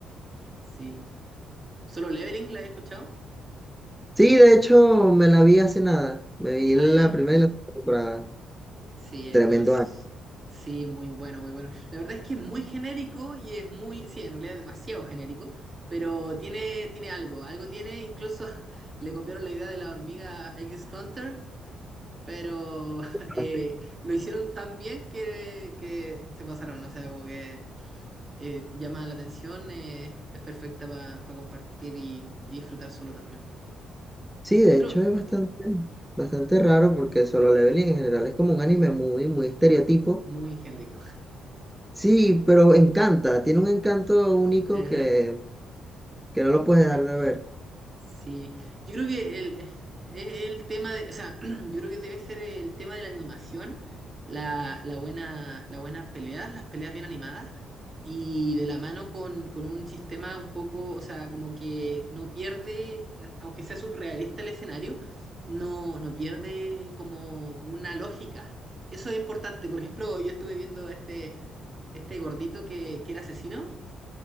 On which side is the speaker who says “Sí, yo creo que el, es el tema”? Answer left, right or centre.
Right